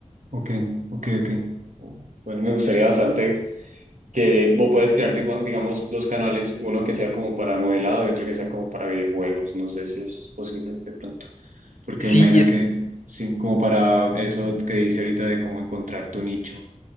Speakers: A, on the right (about 80°); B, on the left (about 75°).
A: Ok, ok, ok. Bueno, me gustaría bastante que vos puedes crear, digamos, digamos, dos canales, uno que sea como para modelado y otro que sea como para videojuegos. No sé si eso es posible de pronto. Porque
B: Sí,
A: imagino
B: y es,
A: que, sí, como para eso que dice ahorita de cómo encontrar tu nicho